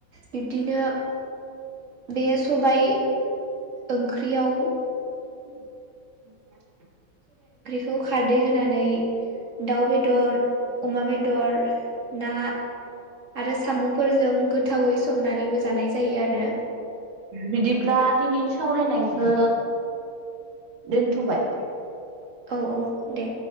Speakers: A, on the right; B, on the right.
A: बिब्दिनो बे सबाय। ओंख्रियाव
B: <inaudible>
A: खौ खारदै होनानै दाउ बेदर अमा बेदर ना आरो साम'फोरजों गोथावै संनानैबो जानाय जायो आरो।
B: बिदिब्ला दिनैनि सावरायनायखौ। दोनथ'बाय
A: औ औ दे।